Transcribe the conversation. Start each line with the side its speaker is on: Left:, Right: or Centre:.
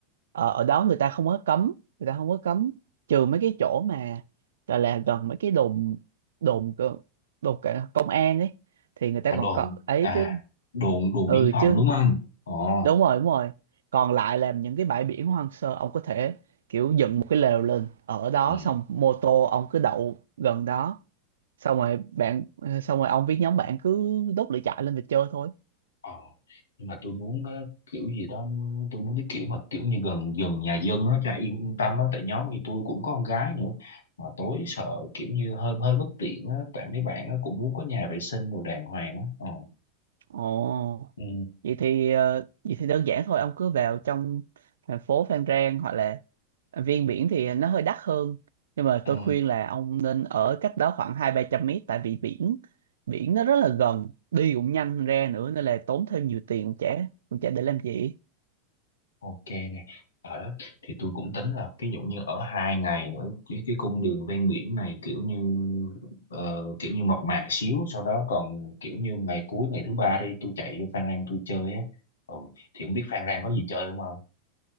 Right: ờ, ở đó người ta không có cấm người ta không có cấm trừ mấy cái chỗ mà gọi là gần mấy cái đồn đồn cơ- đồn cả công an ấy thì người ta
Left: à đồn
Right: còn có ấy
Left: à
Right: chứ
Left: đồn đồn
Right: ừ
Left: biên phòng
Right: chứ
Left: đúng không ồ
Right: đúng rồi đúng rồi còn lại là những cái bãi biển hoang sơ ông có thể kiểu dựng một cái lều lên ở đó
Left: ừ.
Right: xong mô tô ông cứ đậu gần đó xong rồi bạn xong rồi ông với nhóm bạn cứ đốt lửa trại lên và chơi thôi
Left: Ờ, nhưng mà tôi muốn ờ, kiểu gì đó tôi muốn cái kiểu mà kiểu như gần gần nhà dân á cho yên yên tâm á tại nhóm thì tôi cũng có con gái nữa mà tối sợ kiểu như hơi hơi bất tiện á tại mấy bạn á cũng muốn có nhà vệ sinh đồ đàng hoàng á ờ
Right: ồ
Left: ừ.
Right: vậy thì ờ, vậy thì đơn giản thôi ông cứ vào trong thành phố Phan Rang hoặc là Viên Biển thì nó hơi đắt hơn nhưng mà
Left: Ừ.
Right: tôi khuyên là ông nên ở cách đó khoảng hai ba trăm mét tại vì biển biển nó rất là gần đi cũng nhanh ra nữa nên là tốn thêm nhiều tiền cũng chả cũng chả để làm gì
Left: Ok nè ở đó thì tôi cũng tính là ví dụ như ở hai ngày ở cái, cái cung đường ven biển này kiểu như ờ, kiểu như mộc mạc xíu sau đó còn kiểu như ngày cuối ngày thứ ba đi tôi chạy vô Phan Rang tôi chơi á ừ, thì không biết Phan Rang có gì chơi không không